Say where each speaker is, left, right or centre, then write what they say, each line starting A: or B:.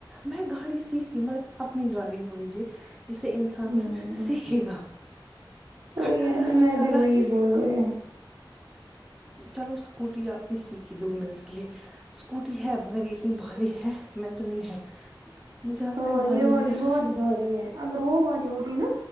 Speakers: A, in the centre; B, on the right.
A: میں گاڑی سیکھتی مگر اپنی گاڑی ہونی چاہے جسے انسان
B: ہمم
A: پھر سیکھے گا
B: وہی
A: خٹارا
B: ہے نا
A: سٹارا
B: میں بھی وہی
A: ہی
B: بول رہی ہوں
A: چلو اسکوٹی آپ نے سیکھی دو منٹ کے لیے اسکوٹی ہے بھرے اتنی بھاری ہے میں تو نہیں ہے مجھے
B: ہاں
A: پ گڑی
B: یہ والی
A: ہیں بس
B: بہت بھاری ہے اگر وہ والی ہوتی نا